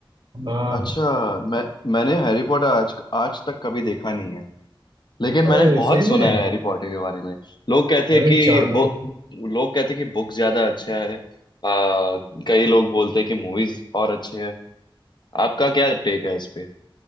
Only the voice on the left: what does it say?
अच्छा मैं मैंने हैरी पॉटर आज आज तक कभी देखा नहीं है लेकिन मैंने
बहुत
सुना
है हैरी पॉटर के बारे में लोग कहते
हैं कि
बो लोग कहते हैं कि बुक ज्यादा अच्छा है आ, कई लोग बोलते हैं कि मूवीज और अच्छे हैं आपका क्या टेक है इस पे